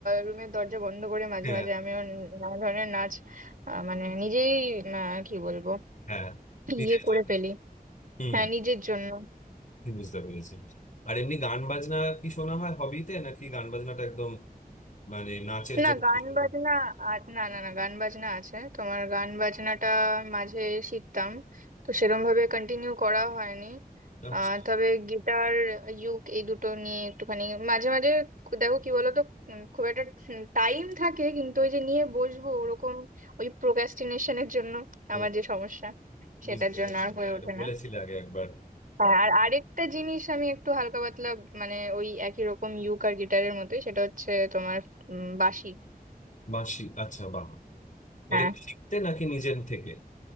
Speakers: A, on the right (about 60°); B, on the left (about 55°).
A: রুমের দরজা বন্ধ করে মাঝে
B: হ্যাঁ
A: মাঝে আমি ওর নানা ধরনের নাচ আহ, মানে নিজেই আহ, কি বলবো
B: হ্যাঁ নিজের
A: ইয়ে করে
B: জন্য
A: ফেলি
B: হুম
A: হ্যাঁ নিজের জন্য
B: বুঝতে পেরেছি আর এমনি গান বাজনা কি শোনা হয় হবিতে নাকি গান বাজনাটা একদম মানে নাচের
A: না
B: জন্য
A: গান
B: শুধু?
A: বাজনা আর না না না গান বাজনা আছে তোমার গান বাজনাটা মাঝে শিখতাম তো সেরম ভাবে কন্টিনিউ করা হয়নি
B: নাচ
A: আহ, তবে গিটার ইউক এই দুটো নিয়ে একটুখানি মাঝে মাঝে দেখো কি বলতো উম, খুব একটা টাইম থাকে কিন্তু ওই যে নিয়ে বসবো ওরকম ওই প্রোক্রাস্টিনেশনের জন্য
B: ও
A: আমার যে সমস্যা সেটার
B: বুঝতে পেরেছি
A: জন্য আর
B: হ্যাঁ
A: হয়ে ওঠে
B: এটা বলেছিলে
A: না
B: আগে একবার
A: হ্যাঁ আর আরেকটা জিনিস আমি একটু হালকা পাতলা মানে ওই একই রকম ইউক আর গিটারের মতোই সেটা হচ্ছে তোমার উম, বাঁশি
B: বাঁশি আচ্ছা বাহ
A: হ্যাঁ,
B: এটা কি শিখতে নাকি নিজের থেকে